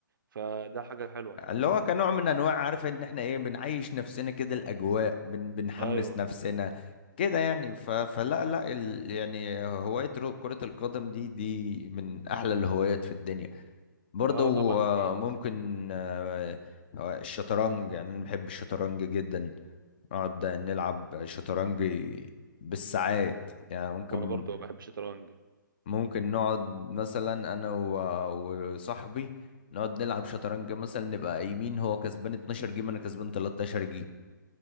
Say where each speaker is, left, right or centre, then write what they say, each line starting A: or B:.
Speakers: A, on the right; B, on the left.
A: فده حاجة حلوة يعني
B: اللي هو كنوع من انواع عارف ان احنا ايه بنعيش نفسنا كده الاجواء بن بنحمس
A: ايوه
B: نفسنا كده يعني ف... فلا لا ال... يعني هواية رو- كرة القدم دي دي من احلى الهوايات في الدنيا برضو
A: اه طبعا
B: آه،
A: اكيد
B: ممكن آه، آه، الشطرنج يعني انا بحب الشطرنج جدا نقعد نلعب شطرنج بالساعات يعني ممكن
A: وانا برضو بحب الشطرنج
B: ممكن نقعد مثلا انا و- وصاحبي نقعد نلعب شطرنج مثلا نبقى قايمين هو كسبان 12 جيم انا كسبان 13 جيم